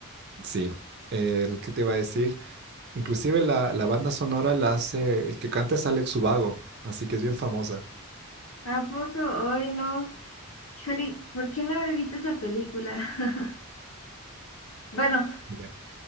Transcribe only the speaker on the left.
¿A poco? Hoy no. Híjole, ¿por qué no habré visto esa película? <laughs> Bueno,